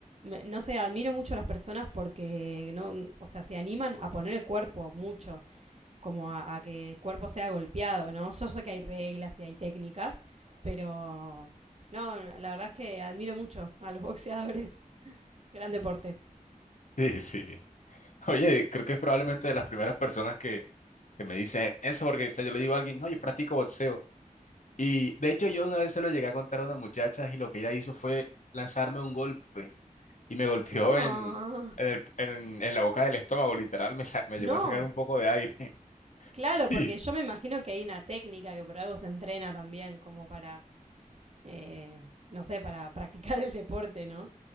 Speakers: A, on the right (about 50°); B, on the left (about 60°).
A: no sé, admiro mucho a las personas porque, no, o sea, se animan a poner el cuerpo mucho, como a, a que el cuerpo sea golpeado, ¿no? Yo sé que hay reglas y hay técnicas, pero, no, la verdad es que admiro mucho a los <laughs> boxeadores, gran deporte.
B: Sí, sí. Oye, creo que es probablemente de las primeras personas que, que me dicen eso, porque o sea, yo le digo a alguien, no, yo practico boxeo. Y de hecho yo una vez se lo llegué a contar a una muchacha y lo que ella hizo fue lanzarme un golpe y me golpeó
A: No,
B: en, en, el- en- en la boca del estómago, literal, me, sa- me
A: no,
B: llegó a sacar un poco de aire.
A: claro,
B: <laughs>
A: porque yo me imagino que hay una técnica que por algo se entrena también, como para eh, no sé, para <laughs> practicar el deporte, ¿no?